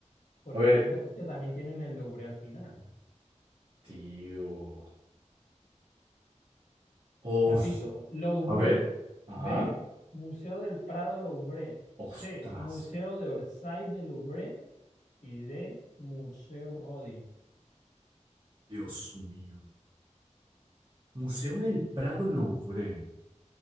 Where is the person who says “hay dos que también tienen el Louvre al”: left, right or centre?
Left